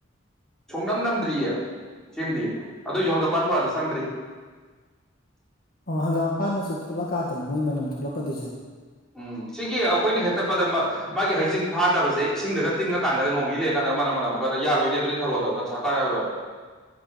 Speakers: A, in the centre; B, on the left (about 50°).
A: ꯁꯨꯡꯅꯝ ꯅꯝꯗ꯭ꯔꯤꯌꯦ ꯁꯤꯃꯗꯤ ꯑꯗꯨꯏꯁꯨ ꯍꯪꯒꯥꯄꯥꯟ ꯄꯨꯔꯥꯗꯤ ꯆꯪꯗ꯭ꯔꯤ
B: ꯑꯣ ꯍꯪꯒꯥꯝ ꯄꯥꯟ ꯃꯆꯨ ꯊꯣꯛꯂꯛꯀꯥꯟꯗꯅꯤ ꯃꯣꯏ ꯃꯅꯝ ꯊꯣꯛꯂꯛꯀꯗꯣꯏꯁꯦ
A: ꯎꯝ ꯁꯤꯒꯤ ꯑꯩꯈꯣꯏꯅ ꯍꯦꯛꯇꯠꯄꯗ ꯃꯥꯒꯤ ꯍꯩꯖꯤꯡ ꯐꯥꯗꯕꯁꯦ ꯏꯁꯤꯡꯗꯒ ꯇꯤꯡꯉꯀꯥꯟꯗꯒ ꯅꯣꯡ ꯅꯤ ꯂꯩꯔꯀꯥꯟꯗ ꯃꯅꯝ ꯃ ꯅꯝ ꯑꯃꯨꯀꯛꯇꯗ ꯌꯥꯔꯣꯏꯅꯦ ꯑꯗꯨꯗꯤ ꯊꯧꯔꯣꯗꯧꯅ ꯁꯀꯥꯏꯔꯔꯣꯏꯕ